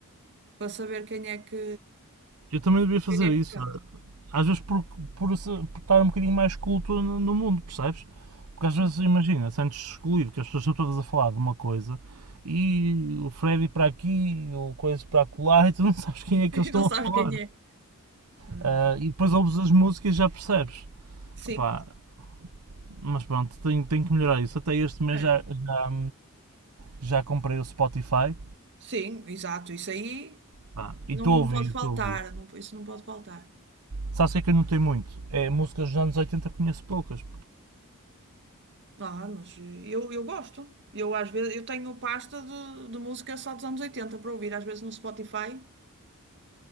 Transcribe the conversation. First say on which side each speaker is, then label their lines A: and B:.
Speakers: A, on the right (about 55°); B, on the right (about 85°).
A: para saber quem é que.
B: eu também devia fazer
A: Quem é
B: isso.
A: que canta?
B: Às vezes por, por, por estar um bocadinho mais culto no, no mundo, percebes? Porque às
A: Sim.
B: vezes, imagina, sentes excluído que as pessoas estão todas a falar de uma coisa e o Freddy para aqui, o Coisa para acolá e tu não <laughs> sabes
A: <laughs>
B: quem
A: E
B: é que eles estão
A: Não sabes
B: a falar.
A: quem é. Ah,
B: Ah, e depois ouves as músicas e já percebes.
A: sim,
B: Opá, mas pronto, tenho, tenho que melhorar isso. Até este mês
A: é.
B: já, já, já comprei o Spotify
A: Sim, exato. Isso aí
B: Pá,
A: não,
B: e estou a
A: não
B: ouvir,
A: pode faltar.
B: estou a ouvir.
A: Não, isso não pode faltar.
B: Sabes o que é que eu não tenho muito? É músicas dos anos oitenta conheço poucas.
A: Ah, mas eu, eu gosto. Eu às vezes eu tenho pasta de, de música só dos anos 80 para ouvir. Às vezes no Spotify